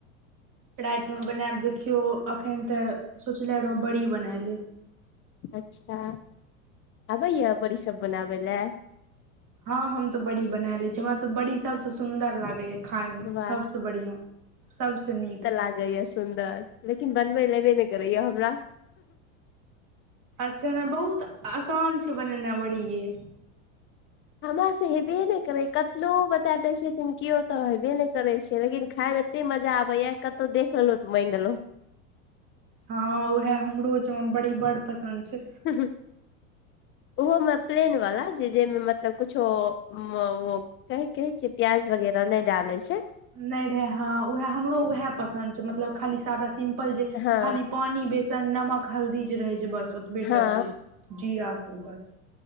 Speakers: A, on the right; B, on the left.
A: राएत में बनेब देखियौ, एखन तऽ सोचनेे रहौ बड़ी बना लेब।
B: अच्छा, आबैए य बड़ी सब बनाबै लए?
A: हँ हम तऽ बड़ी बनाय ले छी। हमरा तऽ बड़ी सबसे सुंदर लागे या खाय मऽ
B: वाह
A: सब स बढ़िया, सब स नीक।
B: लागै य स सुन्दर, लेकिन बनबैल एबै नहि करैय हमरा।
A: अच्छा हँ बहुत आसान छै बनेनाई बड़ी ये।
B: हमरा से हेबे नहि करै, कतनो बता दै छथिन केओ तऽ हेबे नहि करै छैय, लेकिन खाायमे एते मजा आबेया, कतौ देख लेलौं तऽ मैंग एलौ।
A: हाँ उहे हमरो जन बड़ी बड पसन्द छै।
B: ह ह उहोमे प्लेनबला जे जे मे मतलब कुछो ओ <unintelligible> कहि कहै छिअइ, प्याज वगैर नै डालै छै।
A: नै ढ़ा हं उहे हमरो उहे पसन्द छै, मतलब खाली सादा सिम पल जे
B: हँ
A: खाली पानी, बेसन, नमक, हल्दी जे रहै छै बस ओ बेटा
B: हँ
A: चीर जीरा सब बस‌।